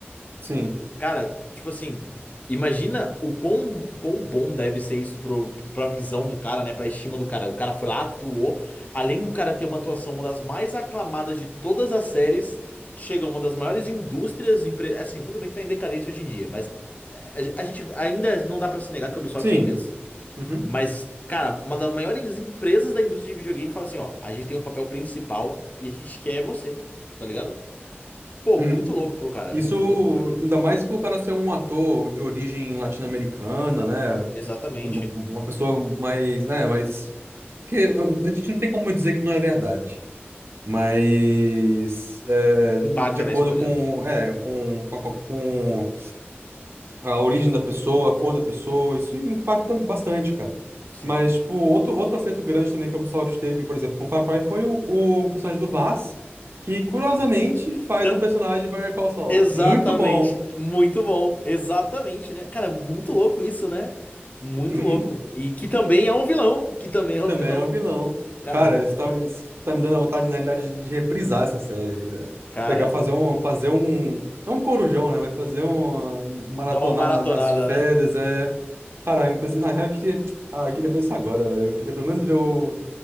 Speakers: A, on the right; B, on the left.
A: Sim,
B: Cara, tipo assim, imagina o quão, quão bom deve ser isso pro, pra visão do cara, né? Pra estima do cara. O cara foi lá, atuou. Além do cara ter uma atuação, uma das mais aclamadas de todas as séries, chega uma das maiores indústrias. empre- Assim, tudo bem que tá em decadência hoje em dia, mas a, ge- a gente ainda não dá pra se negar que a Ubisoft
A: sim.
B: é imensa.
A: Uhum.
B: Mas, cara, uma das maiores empresas da indústria de videogame fala assim: ó, a gente tem um papel principal e a gente quer você, tá ligado? Pô,
A: Uhum.
B: muito louco pro cara,
A: Isso,
B: muito louco pro cara.
A: ainda mais pro cara ser um ator de origem latino-americana, né?
B: Exatamente.
A: Uma uma pessoa mais, né, mais... Que uh, a gente não tem como dizer que não é verdade. Mas, é,
B: Impacta
A: de acordo
B: na escolha.
A: com, é, com, com, com a origem da pessoa, a cor da pessoa, isso impacta bastante, cara.
B: Sim,
A: Mas, tipo, outro, outro acerto grande também que a Ubisoft teve, por exemplo, com Far Cry foi o, o personagem do Vaz, que curiosamente
B: sim.
A: faz
B: Então,
A: um personagem de Better Call Saul.
B: Exatamente.
A: Muito bom.
B: Muito bom. Exatamente, né? Cara, muito louco isso, né? Muito
A: Uhum.
B: louco. E que também é um vilão. Que também
A: E
B: é
A: também
B: um vilão.
A: é um vilão.
B: Cara,
A: Cara,
B: muito
A: isso tá,
B: bom.
A: isso tá me dando a vontade, na realidade, de, de reprisar essa série aí, velho.
B: Cara,
A: Pegar, fazer um, fazer um, não um corujão, né, mas fazer um maratonar
B: dá uma maratonada,
A: na- nas férias,
B: né?
A: é... Cara, inclusive, na real, eu queria, ah, eu queria fazer isso agora, velho. Eu queria pelo menos ver o